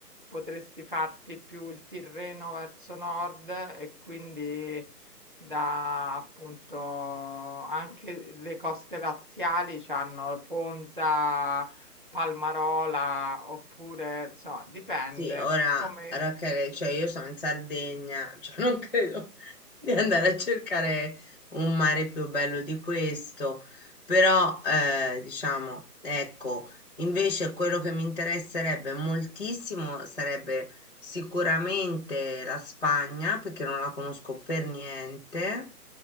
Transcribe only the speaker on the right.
potresti farti più il Tirreno verso nord e quindi da appunto anche le coste laziali c'hanno Ponza, Palmarola oppure insomma dipende
come